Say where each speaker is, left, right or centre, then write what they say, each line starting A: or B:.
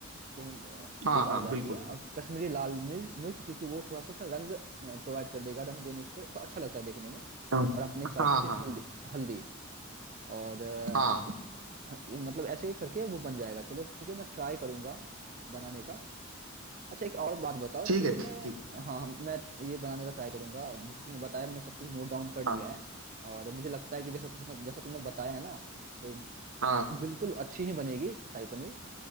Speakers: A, on the right; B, on the right.
A: जो हम अ,
B: हाँ
A: एक
B: हाँ
A: आ जाती
B: बिल्कुल
A: है और कश्मीरी लाल मिर्च मिर्च क्योंकि वो थोड़ा सा उसमें रंग प्रोवाइड कर देगा रंग देने से तो अच्छा लगता है देखने में
B: हाँ
A: और अपने हिसाब
B: हाँ
A: से
B: हाँ
A: हल्दी
B: हाँ
A: हल्दी और अ,
B: हाँ,
A: इस ह- ये मतलब ऐसे करके वो बन जाएगा चलो ठीक है मैं ट्राई करूंगा बनाने का अच्छा एक और बात बताओ
B: ठीक
A: कि
B: है
A: तुम्हें
B: ठीक है
A: हाँ हम- मैं ये बनाने का ट्राई करूंगा जैसे तुमने बताया मैंने सब कुछ नोट डाउन कर लिया
B: हाँ
A: है और मुझे लगता है कि जैसा जितना जैसा तुमने बताया है ना तो
B: हाँ
A: बिल्कुल अच्छी ही बनेगी शाही पनीर